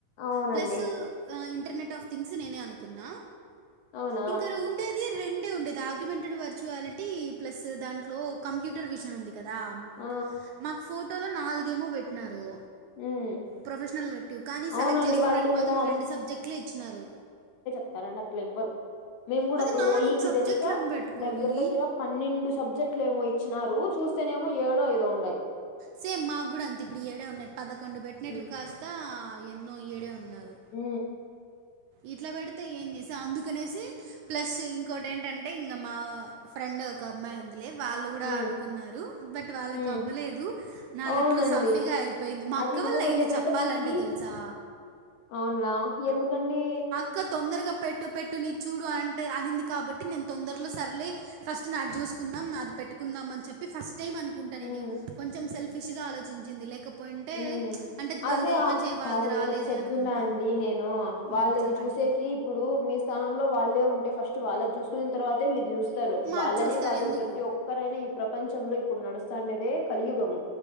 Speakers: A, on the left (about 70°); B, on the right (about 80°).
A: అవునండి.
B: ప్లసు ఇంటర్నెట్ ఆఫ్ థింగ్స్ నేనే అనుకున్నా
A: అవునా!
B: ఇంక ఉండేది రెండే ఉండేది ఆ <unintelligible> వర్చువాలిటీ ప్లస్ దాంట్లో కంప్యూటర్ మిషన్ ఉంది కదా
A: ఆ!
B: మాకు ఫోటోలో నాలుగేమో పెట్టినారు
A: హ్మ్.
B: ప్రొఫెషనల్ <unintelligible> కానీ
A: అవునండి.
B: సెలెక్ట్ చేసుకోవడానికి
A: వాళ్ళు
B: మాత్రం
A: మో
B: రెండు సబ్జెక్టులే ఇచ్చినారు
A: <unintelligible> అట్ల ఇవ్వరు మేము కూడా
B: అది
A: అప్పుడు ఓయికి
B: సబ్జెక్ట్‌లని
A: తెలుసు
B: బెట్టుకొని
A: దగ్గర దగ్గర పన్నెండు సబ్జెక్ట్లు ఏమో ఇచ్చినారు చూస్తేనేమో ఏడో ఐదో <unintelligible>
B: సేమ్ మాకు కూడ అంత ఇప్పుడు ఏడే ఉన్నాయి పదకొండు పెట్టినటివి
A: హ్మ్.
B: కాస్త నో <unintelligible> ఉన్నారు
A: ఉ
B: ఇట్ల పెడితే ఏం చేసి అందుకనేసి ప్లస్ ఇంకోటి ఏంటంటే ఇంకా మా ఫ్రెండ్ ఒక అమ్మాయి <unintelligible> వాళ్ళు కూడా
A: హ్మ్.
B: అనుకున్నారు బట్ వాళ్ళకి
A: హ్మ్.
B: అవ్వలేదు నాది
A: అవునండి.
B: ఎట్లో సాఫీగా అయిపోయింది మా
A: అది
B: అక్క
A: ఇంగొకటి
B: వాల్ళ అయింది
A: ఏందంటే
B: చెప్పాలంటే
A: నాకి
B: తెలుసా
A: అవునా ఎందుకండి
B: ఇంకా తొందరగా పెట్టు పెట్టు నీ చూడు అంటే అనింది కాబట్టి నేను తొందరలో సరలే ఫస్ట్ నాది చూసుకుందాం నాది పెట్టుందాం అని చె చెప్పి ఫస్ట్ టైమ్ అనుకుంటాను
A: హ్మ్.
B: నేను కొంచెం సెల్ఫిష్ గా ఆలోచించింది లేక పోయింటే
A: హ్మ్.
B: అంటే
A: అదే
B: వాళ్ళది ఓపెన్
A: ఆహ్,
B: చేయ వాళ్ళది
A: కాదు
B: రాలేదే
A: ఒకటి
B: అనుకుంటా
A: <unintelligible> నేను
B: హ్మ్.
A: వాళ్ళది
B: చెప్పండి.
A: చూసేకి ఇప్పుడు మీ స్థానంలో వాళ్ళే ఉంటే ఫస్ట్ వాళ్ళది చూసుకున్న తర్వాత మీరు చూ
B: మాది
A: వాళ్ళనే
B: చూస్తారు
A: కాదు
B: ఎందుకు.
A: ప్రతి ఒ ఒక్కరైనా ఈ ప్రపంచంలో ఇప్పుడు నడుస్తాండేదే కలియుగము